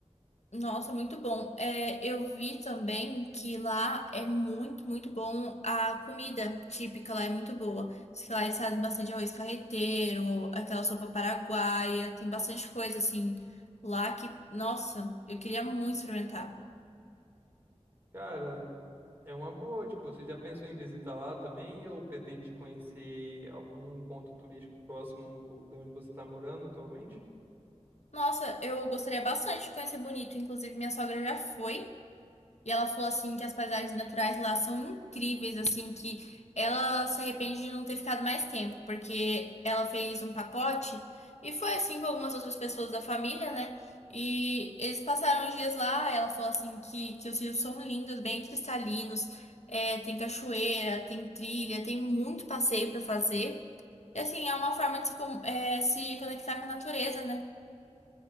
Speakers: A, on the left; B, on the right.
A: Nossa, muito bom. É, eu vi também que lá é muito, muito bom a comida típica lá é muito boa. Diz que lá eles fazem bastante arroz carreteiro, aquela sopa paraguaia, tem bastante coisa assim lá que, nossa, eu queria muito experimentar.
B: Cara, É uma boa, tipo, você já pensou em visitar lá também ou pretende conhecer algum ponto turístico próximo da onde você está morando atualmente?
A: Nossa, eu gostaria bastante de conhecer Bonito, inclusive minha sogra já foi. E ela falou assim que as paisagens naturais lá são incríveis, assim, que ela se arrepende de não ter ficado mais tempo, porque ela fez um pacote e foi assim com algumas outras pessoas da família, né? E eles passaram os dias lá, ela falou assim que, que os rios são lindos, bem cristalinos, é, tem cachoeira, tem trilha, tem muito passeio pra fazer. E assim, é uma forma de se, com- é, se conectar com a natureza, né?